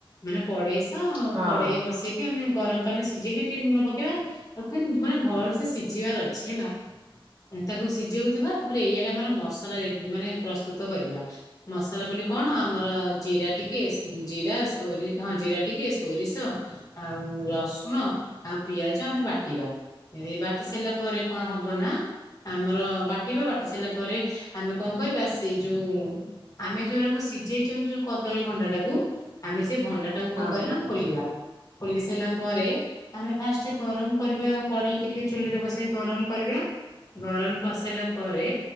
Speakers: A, on the left; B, on the right.
A: ମାନେ କଡେଇ ତ
B: ହଁ।
A: କଡ଼େଇ ବସେଇକି ଆମେ ଗରମ ପାଣିରେ ସିଜେଇକି ଟିକେ ଲୁଣ ପକେଇବା ତାକୁ କେମିତି ମାନେ ଭଲ ସେ ସିଝିବାର ଅଛି ହେଲା। ତାକୁ ସିଜଉଥିବା ତାପରେ ଏଇଆଡେ ଆମର ମସଲା ରେ ମାନେ ପ୍ରସ୍ତୁତ କରିବା ମସଲା ବୋଲି କଣ ଆମର
B: ହଁ
A: ଜିରା ଟିକେ ଜିରା ସୋରି ହଁ ଜିରା ଟିକ୍ ଟିକେ ସୋରିଷ ଆଉ ରସୁଣ ଆଉ ପିଆଜ ଆମେ ବାଟିବା। ଏ ବାଟି ସାରିଲା ପରେ କଣ ହବ ନା ଆମର ବାଟିବା ବାଟି ସାରିଲା ପରେ ଆମେ କଣ କରିବା ସେଇ ଯୋଉ ଆମେ ଯୋଉଗୁରାକୁ ସିଝେଇଛନ୍ତି ଯୋଉ କଦଳୀ ଭଣ୍ଡା ଟାକୁ ଆମେ ସେଇ ଭଣ୍ଡାଟା କଣ
B: ହଁ ହଁ
A: କରେ ନା ଖୋଲିବା ଖୋଲି ସାରିଲା ପରେ ଆମେ ଫା‌ଷ୍ଟ ଗରମ କରିବା କଡେଇକି ଟିକେ ଚୁଲିରେ ବସେଇ ଗରମ କରିବା। ଗରମ କରିସାରିଲା ପରେ